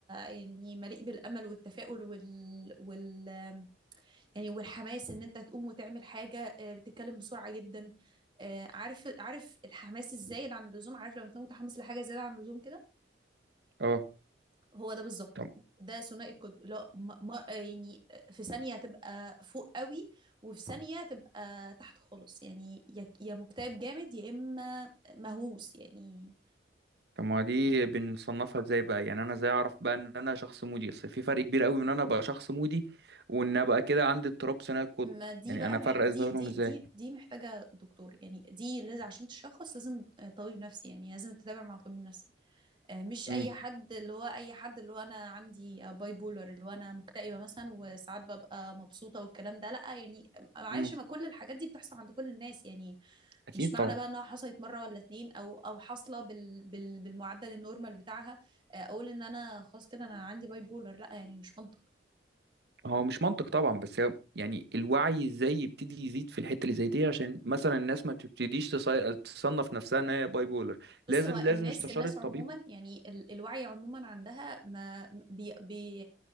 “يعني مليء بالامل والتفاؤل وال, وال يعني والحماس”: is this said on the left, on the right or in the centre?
Right